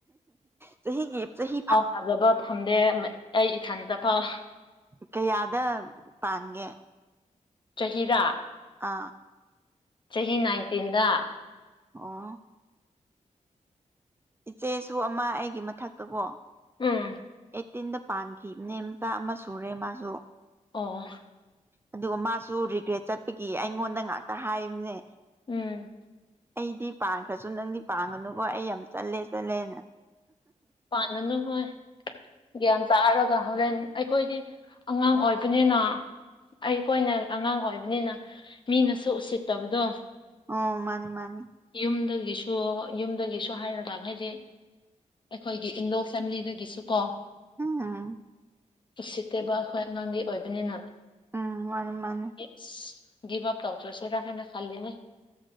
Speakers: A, on the right (about 20°); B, on the left (about 40°).
A: ꯆꯍꯤꯒꯤ ꯆꯍꯤ
B: ꯊꯖꯕ ꯊꯝꯗꯦ ꯑꯩ ꯏꯁꯊꯟꯇ ꯐꯥꯎ
A: ꯀꯌꯥꯗ ꯄꯥꯟꯒꯦ
B: ꯆꯍꯤꯗ
A: ꯑꯥ
B: ꯆꯍꯤ ꯅꯥꯏꯟꯇꯤꯟꯗ
A: ꯑꯣ ꯏꯆꯦꯁꯨ ꯑꯃ ꯑꯩꯒꯤ ꯃꯊꯛꯇ ꯀꯣ
B: ꯎꯝ
A: ꯑꯩꯠꯇꯤꯟꯗ ꯄꯥꯟꯈꯤꯕꯅꯦ ꯃꯆꯥ ꯑꯃ ꯁꯨꯔꯦ ꯃꯥꯁꯨ
B: ꯑꯣ
A: ꯑꯗꯨꯒ ꯃꯥꯁꯨ ꯔꯤꯒ꯭ꯔꯦꯠ ꯆꯠꯄꯒꯤ ꯑꯩꯉꯣꯟꯗ ꯉꯥꯛꯇ ꯍꯥꯏꯕꯅꯦ
B: ꯎꯝ
A: ꯑꯩꯗꯤ ꯄꯥꯈ꯭ꯔꯁꯨ ꯅꯪꯗꯤ ꯄꯥꯟꯉꯅꯨꯀꯣ ꯑꯩ ꯌꯥꯝ ꯆꯜꯂꯦ ꯆꯠꯂꯦꯅ
B: ꯄꯥꯥꯟꯉꯅꯨ ꯍꯣꯏ ꯒ꯭ꯌꯥꯟ ꯇꯥꯔꯛ ꯑꯗꯨꯒ ꯍꯣꯔꯦꯟ ꯑꯩꯈꯣꯏꯒꯤ ꯑꯉꯥꯡ ꯑꯣꯏꯕꯅꯤꯅ ꯑꯩ ꯈꫭꯏꯅ ꯑꯉꯥꯡ ꯑꯣꯏꯕꯅꯤꯅ ꯃꯤꯅꯁꯨ ꯎꯁꯤꯠꯇꯕꯗꯣ
A: ꯑꯣ ꯃꯥꯅꯦ ꯃꯥꯅꯦ
B: ꯌꯨꯝꯗꯒꯤꯁꯨ ꯌꯨꯝꯗꯒꯤꯁꯨ ꯍꯥꯏꯔꯗꯥ ꯍꯥꯏꯗꯤ ꯑꯩꯈꯣꯏꯒꯤ ꯏꯟꯂꯣ ꯐꯦꯃꯤꯂꯤꯗꯒꯤꯁꯨ ꯀꯣ
A: ꯎꯝ
B: ꯎꯁꯤꯠꯇꯦꯕ ꯑꯩꯈꯣꯏ ꯑꯉꯥꯡꯒꯤ ꯑꯣꯏꯕꯅꯤꯅ
A: ꯎꯝ ꯃꯥꯅꯤ ꯃꯥꯅꯤ
B: ꯑꯁ ꯒꯤꯞ ꯑꯞ ꯇꯧꯈ꯭ꯔꯁꯤꯔꯥ ꯍꯥꯏꯅ ꯈꯜꯂꯤꯅꯦ